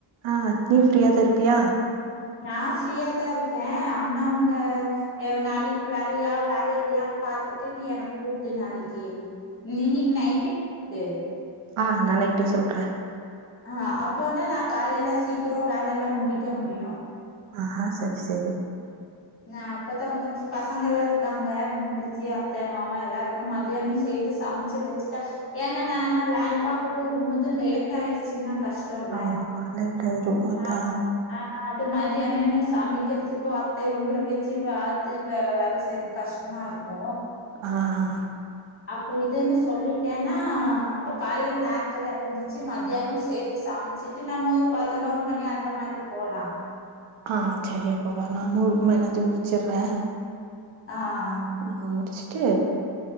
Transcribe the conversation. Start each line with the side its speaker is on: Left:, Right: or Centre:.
Right: ஆஹ் அத் நீ ஃப்ரீயா தா இருப்பியா?
Left: நா ஃப்ரீயாதா இருக்கே அண்ணா உங்க அ நாளைக்கு வேலயா வேல இல்லயான்னு பாத்துட்டு நீ எனக் கூப்டு நாளைக்கி நீ இன்னைக் நைட்டே கூப்புடு
Right: ஆஹ் நா நைட்டே சொல்ற
Left: அஹ் அப்போனா நா காலைல சீக்ரோ வேலல்லா முடிக்க முடியு
Right: ஆஹா சர் சரி
Left: நா அப்பத்தா முன்ச்சு பசங்கெல்லா இருக்காங்க. முடிச்சு அத்த மாமா எல்லாருக்கும் மதியானோ சேத்து சம்ச்சு வெச்சுட்டா ஏன்னா நால்மா லேண்பாக்க போகும்மோது லேட் ஆயிர்ச்சினா கஷ்டோல்ல
Right: ஆமா ஆமா லேட் ஆயிரு அதா
Left: ஆஹ் ஆஹ் அது மதியான இன்னு சமைக்கிற்துக்கு அத்த இவங்கள வச்சு பாத்து வே வேல செய்துக் கஷ்டமா இருக்கு
Right: ஆஹ்
Left: அப்போ இதுன்னு சொல்லிட்டேன்னா அப்போ காலையில நேரத்துல இருந்துச்சு மதியானோ சேர்த்து சம்ச்சிட்டு நம்மொ பதினோரு மணி அந்த மாதி‌ போலா
Right: ஆஹ் சரி அப்பவா நானும் எல்லாத்தையும் முடிச்சிட்றே
Left: ஆஹ்
Right: ஆஹ் முடிச்சுட்டு